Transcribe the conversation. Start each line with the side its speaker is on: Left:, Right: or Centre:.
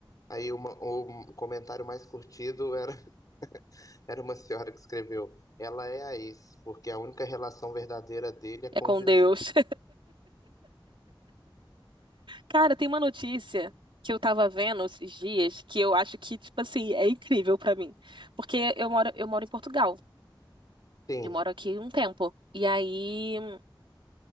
Left: Aí uma, o comentário mais curtido era, <laughs> era uma senhora que escreveu: Ela é a ex, porque a única relação verdadeira dele é
Right: É
Left: com
Right: com
Left: Jesus.
Right: Deus. Cara, tem uma notícia que eu tava vendo esses dias que eu acho que, tipo assim, é incrível pra mim. Porque eu moro, eu moro em Portugal.
Left: Sim.
Right: Eu moro aqui um tempo. E aí,